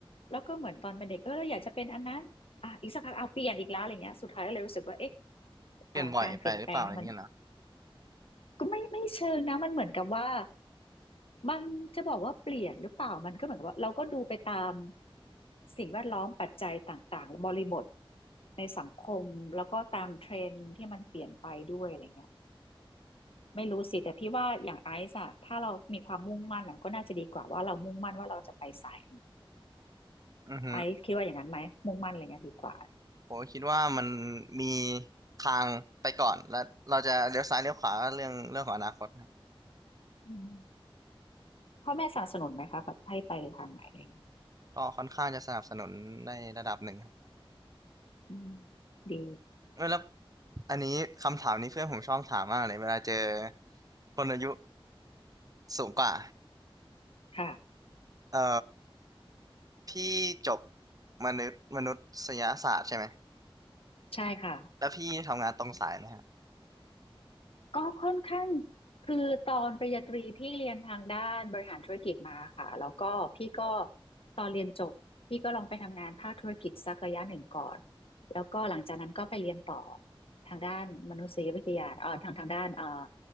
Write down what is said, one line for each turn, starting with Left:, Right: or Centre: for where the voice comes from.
Left: แล้วก็เหมือนตอนเป็นเด็กเออเราอยากจะเป็นอันนั้น อ่ะอีกสักพักเอาเปลี่ยนอีกแล้วอะไรเงี้ยสุดท้ายก็เลยรู้สึกว่าเอ๊ะ
Right: เปลี่ยนบ่อยไปหรือเปล่าอะไรเงี้ยนะ
Left: เอ่อการเปลี่ยนแปลงเนี่ยมันก็ไม่ไม่เชิงนะมันเหมือนกับว่ามันจะบอกว่าเปลี่ยนหรือเปล่ามันก็เหมือนกับว่าเราก็ดูไปตามสิ่งแวดล้อมปัจจัยต่างๆบริบทในสังคมแล้วก็ตามเทรนด์ที่มันเปลี่ยนไปด้วยอะไรเงี้ยไม่รู้สิแต่พี่ว่าอย่างไอซ์อะถ้าเรามีความมุ่งมั่นอะก็น่าจะดีกว่าว่าเรามุ่งมั่นว่าเราจะไปสาย
Right: อือฮึ
Left: ไอซ์คิดว่าอย่างนั้นไหมมุ่งมั่นอะไรเงี้ยดีกว่า
Right: ผมคิดว่ามันมีทางไปก่อนและเราจะเลี้ยวซ้ายเลี้ยวขวาก็เรื่องเรื่องของอนาคตครับ
Left: อืม พ่อแม่สนับสนุนไหมคะแบบให้ไปทางไหนอะไรเงี้ย
Right: ก็ค่อนข้างจะสนับสนุนในระดับหนึ่งครับ
Left: อืมดี
Right: เออแล้วอันนี้คำถามนี้เพื่อนผมชอบถามมากเลยเวลาเจอคนอายุสูงกว่า
Left: ค่ะ
Right: เอ่อพี่จบมนุษย์มนุษยศาสตร์ใช่ไหม
Left: ใช่ค่ะ
Right: แล้วพี่ทำงานตรงสายไหมฮะ
Left: ก็ค่อนข้างคือตอนปริญญาตรีพี่เรียนทางด้านบริหารธุรกิจมาค่ะแล้วก็พี่ก็ตอนเรียนจบพี่ก็ลองไปทำงานภาคธุรกิจสักระยะหนึ่งก่อนแล้วก็หลังจากนั้นก็ไปเรียนต่อทางด้านมนุษยวิทยาเอ่อทางทางด้านเอ่อ